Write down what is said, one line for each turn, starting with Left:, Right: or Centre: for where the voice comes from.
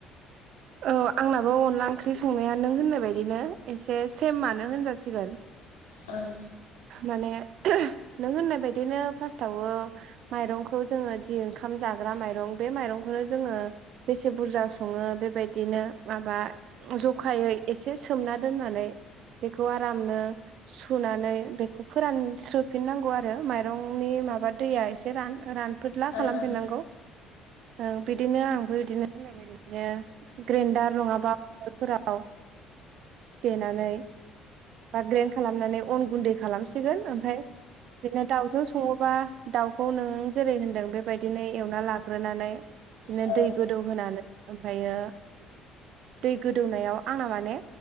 Right: औ आंनाबो अनला ओंख्रि संनाया नों होननाय बायदिनो एसे सेमानो होनजासिगोन।
Left: औ
Right: माने नों होननाय बायदिनो फार्स्टआव माइरंखौ जोङो जि ओंखाम जाग्रा माइरं बे माइरंखौनो जोङो बेसे बुरजा सङो बेबायदिनो माबा ज खायै एसे सोमना दोननानै बेखौ आरामनो सुनानै बेखौ फोरानस्रोफिननांगौ आरो माइरंनि माबा दैया एसे रान-रान फोदला
Left: उम
Right: खालामफिननांगौ ओ बिदिनो आंबो बिदिनो बुंनाय बादिनो ग्रेन्डार नङाबा उवालफोराव देनानै बा ग्रेन्ड खालामनानै अन गुन्दै खालामसिगोन ओमफाय बिदिनो दाउजों सङोबा दाउखौ नों जेरै होनदों बेबायदिनो एवना लाग्रोनानै बिदिनो
Left: औ ओ
Right: दै गोदौ होनोनानै ओमफ्रायो दै गोदौनायाव आंना माने